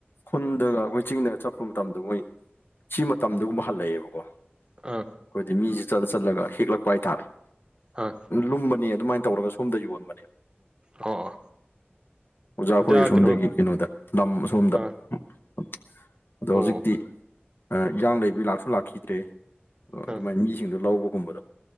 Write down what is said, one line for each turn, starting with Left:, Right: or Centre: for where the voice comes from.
Left: ꯈꯨꯟꯗ ꯈꯣꯏ ꯆꯤꯡꯗ ꯆꯠꯄ ꯃꯇꯝꯗ ꯃꯣꯏ ꯁꯤꯃ ꯇꯝꯗꯒꯨꯝꯕ ꯍꯜꯂꯛꯑꯦꯕꯀꯣ
Right: ꯑꯥ
Left: ꯈꯣꯏꯗꯤ ꯃꯤꯖꯦ ꯆꯠꯂ ꯆꯠꯂꯒ ꯍꯦꯛꯂꯛꯄ ꯍꯥꯏꯇꯥꯥꯔꯦ
Right: ꯑꯥ
Left: ꯂꯨꯝꯕꯅꯦ ꯑꯗꯨꯃꯥꯏ ꯇꯧꯔꯒ ꯁꯣꯝꯗ ꯌꯣꯟꯕꯅꯦꯕ
Right: ꯑꯣ ꯑꯣ
Left: ꯑꯣꯖꯥꯈꯣꯏ
Right: ꯑꯣꯖꯥ
Left: ꯑꯁꯣꯝꯗꯒꯤ
Right: ꯀꯩꯅꯣ
Left: ꯀꯩꯅꯣꯗ ꯂꯝ ꯑꯁꯣꯝꯗ
Right: ꯑꯥ
Left: ꯎꯝ ꯎꯝ ꯑꯗꯣ
Right: ꯑꯣ
Left: ꯍꯧꯖꯤꯛꯇꯤ ꯌꯥꯥꯡ ꯂꯩꯕꯩ ꯂꯥꯛꯁꯨ ꯂꯥꯛꯈꯤꯗ꯭ꯔꯦ ꯑ
Right: ꯑꯥ
Left: ꯑꯗꯨꯃꯥꯏꯅ ꯃꯤꯁꯤꯡꯗꯣ ꯂꯧꯕꯒꯨꯝꯕꯗꯣ